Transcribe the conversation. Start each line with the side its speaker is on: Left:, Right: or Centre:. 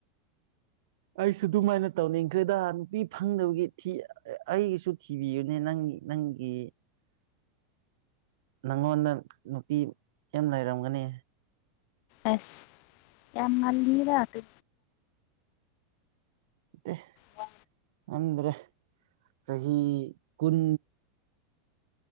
Right: ꯑꯩꯁꯨ ꯑꯗꯨꯃꯥꯏꯅ ꯇꯧꯅꯤꯡꯈ꯭ꯔꯦꯗ ꯅꯨꯄꯤ ꯐꯪꯗꯕꯒꯤ ꯊꯤ ꯑꯩꯒꯤꯁꯨ ꯇꯤꯕꯤꯌꯦꯅꯦ ꯅꯪꯒꯤ ꯅꯪꯒꯤ ꯅꯪꯉꯣꯟꯗ ꯅꯨꯄꯤ ꯌꯥꯝ ꯂꯩꯔꯝꯒꯅꯤ꯫
Left: ꯑꯦꯁ ꯌꯥꯝ ꯃꯜꯂꯤꯗ ꯑꯗꯨ
Right: ꯑꯦ
Left: ꯋꯥ
Right: ꯈꯪꯗ꯭ꯔꯦ ꯆꯍꯤ ꯀꯨꯟ